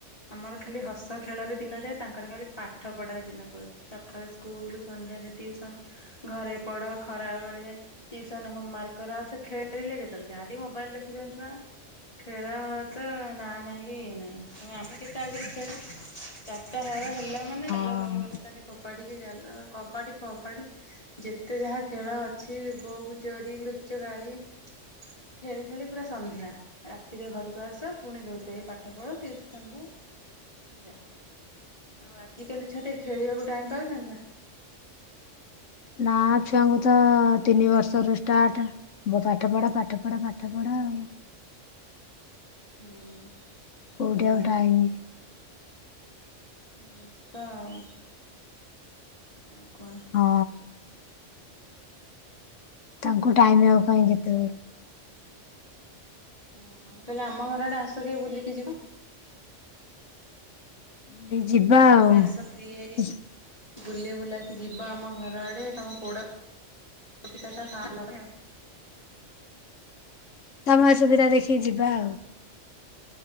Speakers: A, on the left; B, on the left.
A: ଆମର ଖାଲି ହସ ଖେଳରେ ଦିନ ଯାଏ ତାଙ୍କର ଖାଲି ପାଠ ପଢ଼ାରେ ଦିନ ପଳଉଚି ସଖାଳେ ସ୍କୁଲ ସନ୍ଧ୍ୟାରେ ଟିଉସନ୍ ଘରେ ପଢ଼ ଖରାବେଳେ ଟିଉସନ୍ ହୋମୱାର୍କ କର ସେ ଖେଳିଲେ କେତୋଳେ ଯାହା ଟି ମୋବାଇଲ ଦେଖୁଚନି ଛୁଆ ଖେଳ ତ ନାଁ ନାହିଁ କି ଇଏ ନାହିଁ ତମେ ଆମେ କେତେ ଆଗୁରୁ ଖେଳେ ଚାରଟା ହେଳେ ହେଲା ମାନେ
B: ହଁ।
A: ଚାଲ ବହି ବସ୍ତାନି କୋ ପାଡ଼ିିକି ଜାଲ କବାଡ଼ି ଫବାଡ଼ି ଯେତେ ଯାହା ଖେଳ ଅଛି ବୋହୁ ଚୋରି ଲୁଚକାଳି ଖେଳି ଖେଳି ପୁରା ସନ୍ଧ୍ୟା ରାତିରେ ଘରୁକୁ ଆସ ପୁଣି ଧୋଇ ଧୁଆକି ପାଠ ପଢ ଟିଉସନ ଯାଅ ଯା। ଆଉ ଆଜିକାଲି ଛୁଆ ଟିକେ ଖେଳିବାକୁ ଟାଇମ୍ ପାଉଚନ୍ତି ନାଁ?
B: ନାଁ ଛୁଆଙ୍କୁ ତ ତିନି ବର୍ଷରୁ ଷ୍ଟାର୍ଟ ବୋ ପାଠ ପଢ ପାଠ ପଢ ପାଠ ପଢ ଆଉ।
A: ହୁଁ।
B: କୋଉଠି
A: ସେମାନେ
B: ଆଉ ଟାଇମି।
A: ବେସ୍ତ ଆଉ ଆଉ କଣ?
B: ହଁ ତାଙ୍କୁ ଟାଇମ ଆଉ କାଇଁ କେତେବେଳେ?
A: ହଁ ମୁଁ କହିଲି ଆମ ଘର ଆଡ଼େ ଆସ କେବେ ବୁଲିକି ଯିବ।
B: ଉଁ ବି ଯିବା ଆଉ
A: ଏବେ ଆସ ଫ୍ରି ହେଇକି
B: ଉଁ
A: ବୁଲି ବୁଲାକି ଯିବ ଆମ ଘର ଆଡ଼େ ତମ ପୋଡ଼ ପ ପିଠା ତ ଖାଁ ଲମେ ଆଉ
B: ସମୟ ସୁବିଧା ଦେଖିକି ଯିବା ଆଉ।